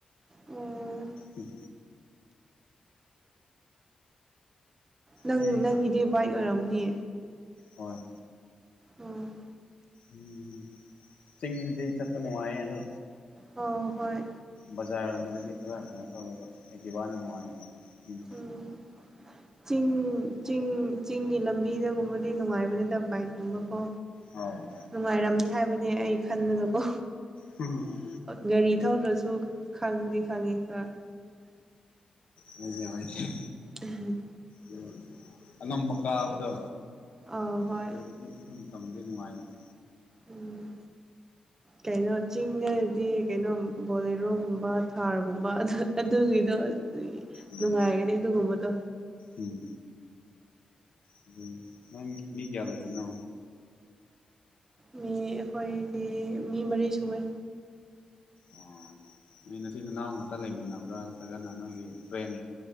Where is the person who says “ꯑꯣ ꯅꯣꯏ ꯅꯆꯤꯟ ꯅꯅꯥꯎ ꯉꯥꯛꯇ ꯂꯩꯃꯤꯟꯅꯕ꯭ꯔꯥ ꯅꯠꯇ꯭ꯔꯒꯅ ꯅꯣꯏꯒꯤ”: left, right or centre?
Left